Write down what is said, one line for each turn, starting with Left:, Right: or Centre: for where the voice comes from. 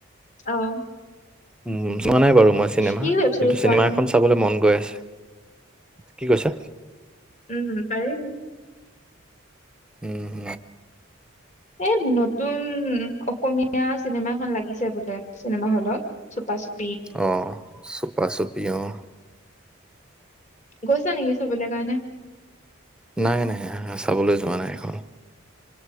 Left: অ'
Centre: উম চোৱা নাই বাৰু মই চিনেমা,
Left: কি ৱেব চিৰিজ
Centre: কিন্তু
Left: চোৱা
Centre: চিনেমা
Left: তুমি?
Centre: এখন চাবলে মন গৈ আছে। কি কৈছা।
Left: উম পাৰি।
Centre: উম
Left: এ নতুন উম, অসমীয়া চিনেমা এখন লাগিছে বোলে, চিনেমা হলত, চুপা চুপ
Centre: অহ চুপা চুপি অহ।
Left: গৈছা নেকি চবলে কাৰণে?
Centre: নাই নাই চাবলৈ যোৱা নাই এখন।